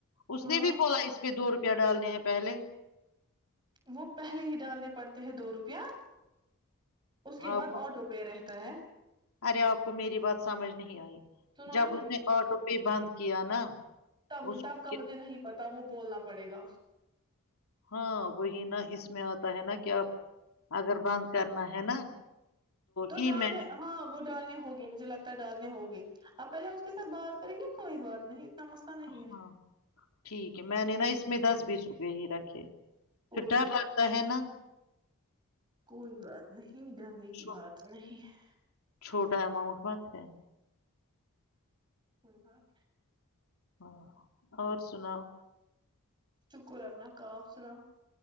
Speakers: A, on the left (about 70°); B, on the right (about 20°).
A: اس
B: ہاں
A: نے بھی بولا اس پہ دور پیا ڈالنے ہیں پہلے
B: وہ پہلے ہی ڈالنے پڑتے ہیں دو روپیہ اس کے
A: آپ
B: بعد
A: کو
B: آٹو پے رہتے ہے <unintelligible>
A: ارے آپ کو میری بات سمجھ نہیں آئی
B: سنو
A: جب
B: نا
A: اس نے آٹو پے بند کیا نا
B: ب متاب
A: اس کو
B: کا
A: کہ-
B: مجھے نہیں پتا ت وہ بولنا پڑے گا
A: ہاں وہی نا اس میں آتا ہے نا کہ آپ اگر بند کرنا ہے نا
B: تو
A: ای
B: ڈالنے
A: مین
B: ہاں وہ ڈالنے ہوگی مجھے لگتا ڈالنے ہگے آپ پہلے اس کے ساتھ بات کریں گے کوئی بات نہیں اتنا مسئلہ نہیں
A: ہاں
B: ہے
A: ٹھیک ہے میں نے نا اس میں دس بیس روپئے ہی رکھے پھر
B: کوئی
A: ڈر
B: بات
A: لگتا ہے نا
B: کوئی بات نہیں ڈرنے کی
A: چھو-
B: بات نہیں ہے
A: چھوٹا اماؤنٹ مت ہے
B: کوئی بات
A: ہاں اور سناؤ
B: شکر کرنا کاف سنا